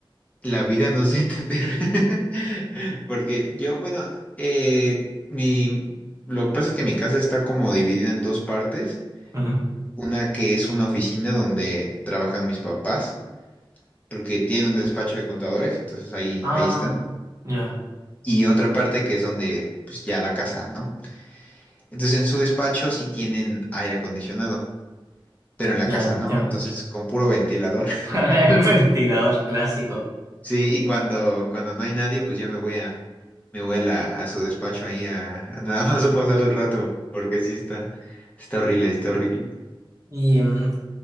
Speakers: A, on the left (about 15°); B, on the right (about 35°).
A: la vida nos <laughs> dé a entender. <laughs> Porque yo, bueno, eh, mi, lo que pasa es que mi casa está como dividida en dos partes.
B: Ujú.
A: Una que es una oficina donde trabajan mis papás, porque tienen un despacho de contadores, entonces ahí,
B: Ah,
A: ahí están.
B: ya,
A: Y otra parte que es donde, pues ya la casa, ¿no? Entonces en su despacho sí tienen aire acondicionado, pero en la
B: ya,
A: casa
B: entiendo.
A: no, entonces con puro ventilador.
B: <laughs> El ventilador clásico.
A: Sí, y cuando, cuando no hay nadie, pues ya me voy a, me voy a la, a su despacho ahí a, a nada más a pasar el rato, porque sí está, está horrible, está horrible.
B: Y, mm,